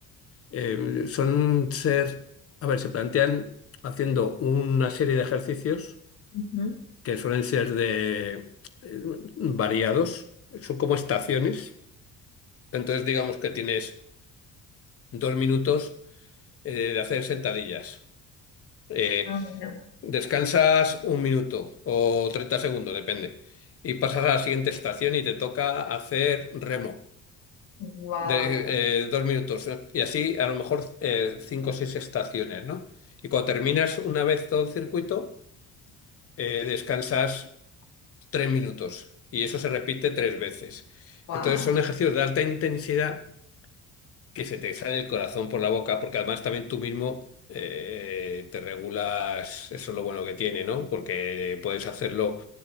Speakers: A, on the left; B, on the left.
A: eh, son ser, a ver, se plantean haciendo una serie de ejercicios
B: ujú.
A: que suelen ser de eh, variados, son como estaciones, entonces digamos que tienes dos minutos eh, de hacer sentadillas. Eh,
B: Ah, bueno.
A: descansas un minuto o 30 segundos, depende. Y pasas a la siguiente estación y te toca hacer remo.
B: Wow.
A: De, eh, dos minutos. Y así a lo mejor eh, cinco o seis estaciones, ¿no? Y cuando terminas una vez todo el circuito, eh, descansas tres minutos. Y eso se repite tres veces.
B: Wow.
A: Entonces son ejercicios
B: <laughs>
A: de alta intensidad que se te sale el corazón por la boca, porque además también tú mismo eh, te regulas, eso es lo bueno que tiene, ¿no? Porque puedes hacerlo